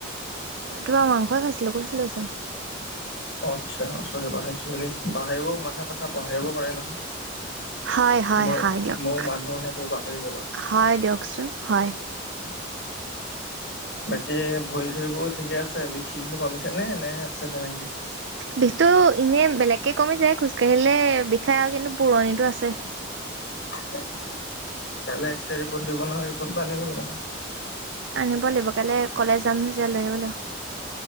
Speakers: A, on the right; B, on the left.
A: তোমাক মাংসই খাইছিলো। কৈছিলো চোন।
B: অ আচ্ছা চৰি পাহৰিছিলো, দেই পাহৰিব মানুহে কথা পাহাৰিব পাৰে নহয়।
A: হয় হয়
B: মই
A: হয় দিয়ক
B: মই মানুহেটো পাহৰি গলো।
A: হয় দিয়কচোন হয়
B: <unintelligible> বাকী ভৰি চৰিবোৰ ঠিকে আছে, বিশ চিশবোৰ কমিছে নে নে আছে তেনেকে?
A: বিষটো এনেই বেলেগকে কমি যায়, খোজ কঢ়িলে বিষাই আৰু কিন্তু পুৰণিটো আছে।
B: কাইলৈ এক্স ৰিপৰ্ট দিব নহয়, ৰিপৰ্টটো আনিবগে ন
A: আনিব লাগিব। কাইলে কলেজ যাম তেতিয়া লৈ আহিব লাগিব।